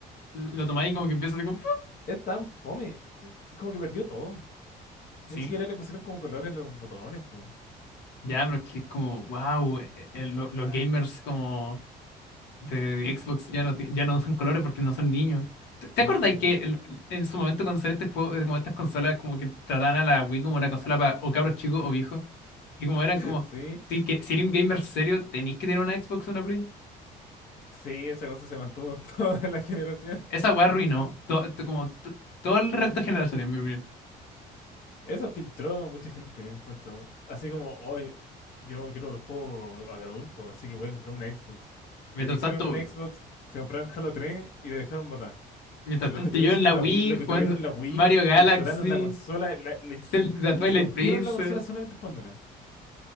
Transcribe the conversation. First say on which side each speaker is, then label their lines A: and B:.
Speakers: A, on the left (about 80°); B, on the left (about 55°).
A: lo tomáis y como que empieza a hacer como. ¡fu!
B: Es tan fome, mm, como que perdió todo. Ni
A: Sí.
B: siquiera le pusieron como colores en los botones, po.
A: Ya, pero es que es como, wow, los
B: Ah,
A: gamers como de Xbox ya no, ti- ya no usan colores porque no son niños. ¿Te, te
B: sí,
A: acordás
B: po.
A: que el- en su momento cuando salió este juego, eh, como estas consolas, como que trataban a la Wii como una consola para o cabros chicos o viejos? Y como
B: <laughs>
A: eran como,
B: Sí,
A: sí, que si eres un gamer serio, tenéis que tener una Xbox o una Play.
B: sí, esa cosa se mantuvo <laughs> toda la generación.
A: Esa weá arruinó to- to- como to- todo el resto de generaciones, en mi opinión.
B: Eso filtró mucha gente, encuentro. Así como hoy, yo quiero los juegos de adulto, así que voy a comprarme una Xbox.
A: Mientras
B: ¿Y qué hicieron
A: tanto,
B: con la Xbox? Se compraron Halo 3 y le dejaron botar.
A: mientras
B: Eh, Los
A: tanto
B: que tuviesen
A: yo en
B: una
A: la Wii
B: Wii, los que
A: jugando
B: tuvieron la Wii,
A: Mario Galaxy,
B: disfrutaron la consola, la- la-
A: Zelda Twilight
B: rompieron
A: Princess.
B: la consola solamente jugándola.